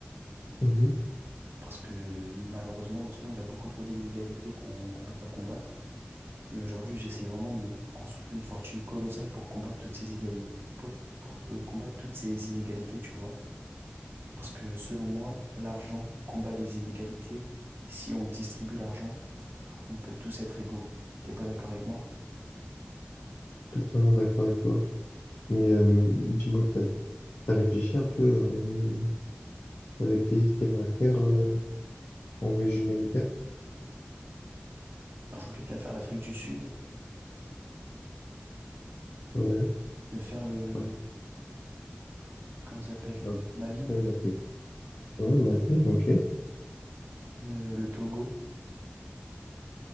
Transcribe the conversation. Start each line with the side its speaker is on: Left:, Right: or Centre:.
Left: Mhm,
Right: Parce que malheureusement, dans ce monde, il y a beaucoup trop d'inégalités qu'on qu'on peut pas combattre. Et aujourd'hui, j'essaie vraiment de me construire une fortune colossale pour combattre toutes ces égalités, pour, pour, euh, combattre toutes ces inégalités, tu vois. Parce que selon moi, l'argent combat les inégalités. Et si on distribue l'argent, on peut tous être égaux. T'es pas d'accord avec moi?
Left: totalement d'accord avec toi. Mais euh, dis-moi, t'as, t'as réfléchi un peu euh, sur les pays que t'aimerais faire euh, en voyage humanitaire?
Right: Alors, je voulais bien faire l'Afrique du Sud,
Left: Ouais.
Right: je voulais faire le,
Left: Après,
Right: comment ça s'appelle?
Left: après
Right: Le Mali,
Left: l'Afrique. Ouais, Mali, ok. Et
Right: euh, le Togo,